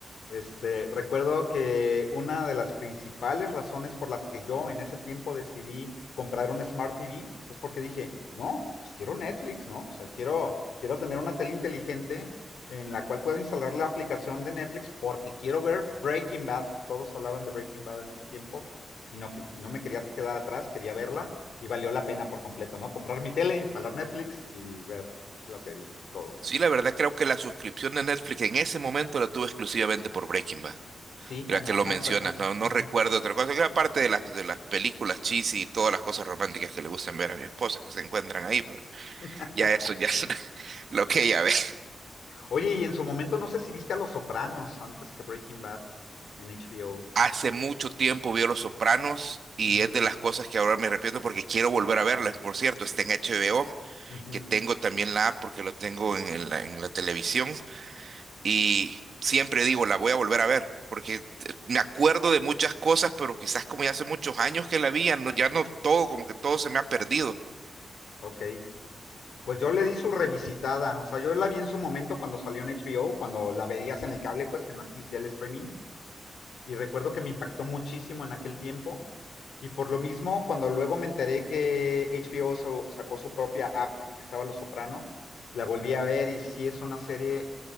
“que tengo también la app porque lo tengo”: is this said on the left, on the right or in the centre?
Right